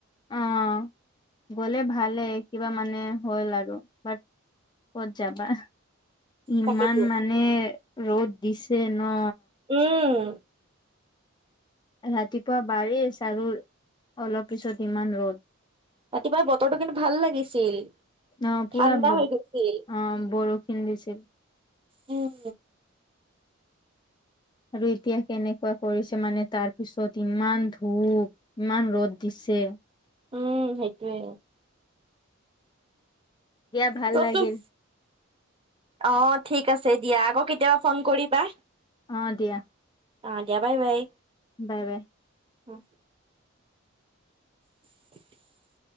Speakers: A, on the left (about 20°); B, on the right (about 25°).
A: অ' গ'লে ভালেই কিবা মানে হ'ল আৰু বাট ক'ত যাবা। ইমান
B: তাকেতো
A: মানে ৰ'দ দিছে ন
B: উম।
A: ৰাতিপুৱা বাৰিচ আৰু অলপ পিছত ইমান ৰ'দ।
B: ৰাতিপুৱাৰ বতৰটো কিন্তু ভাল লাগিছিল।
A: অ' পুৰা
B: ঠাণ্ডা হৈ গৈছিল।
A: অ' বৰষূণ দিছিল।
B: উম।
A: আৰু এতিয়া কেনেকুৱা কৰিছে মানে তাৰপিছত ইমান ধূপ। ইমান ৰ'দ দিছে।
B: উম, সেইটোৱে।
A: দিয়া ভাল
B: ত'
A: লাগিল।
B: তোক অ' ঠিক আছে দিয়া, আকৌ কেতিয়াবা ফ'ন কৰিবা।
A: অ' দিয়া।
B: অ' দিয়া, বাই বাই।
A: Bye bye.
B: হু। <inaudible>